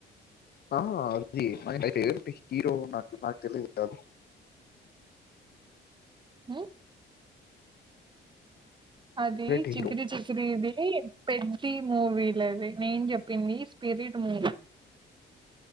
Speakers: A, on the left (about 55°); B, on the right (about 25°).
A: ఆ అది హీరో నాకు నాకు తెలియదు కా అదు
B: ఆ అది
A: ఫేవరెట్
B: చికిరి
A: హీరో
B: చికిరి ఇది ఏ పెద్ది మూవీలది నేను చెప్పింది స్పిరిట్ మూవీ